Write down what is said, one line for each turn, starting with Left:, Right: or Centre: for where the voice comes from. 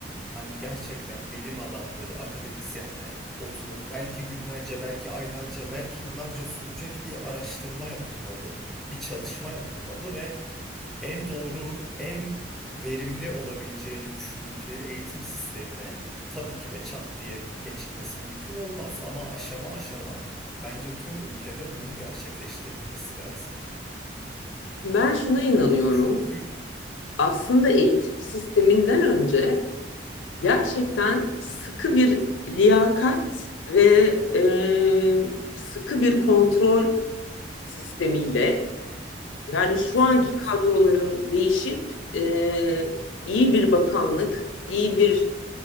Centre: Hani gerçekten bilim adamları, akademisyenler oturup belki günlerce, belki aylarca, belki yıllarca sürecek bir araştırma yapılmalı, bir çalışma yapılmalı ve en doğru, en verimli olabileceğini düşündükleri eğitim sistemine tabii ki de çat diye geçilmesi mümkün olmaz ama aşama aşama bence tüm ülkede bunun gerçekleştirilmesi lazım.
Left: Ben şuna inanıyorum.
Centre: Çünkü
Left: Aslında
Centre: hı
Left: eğitim
Centre: hı,
Left: sisteminden önce gerçekten sıkı bir liyakat ve e, sıkı bir kontrol sistemiyle Yani şu anki
Centre: evet.
Left: kadroların değişip e, iyi bir bakanlık, iyi bir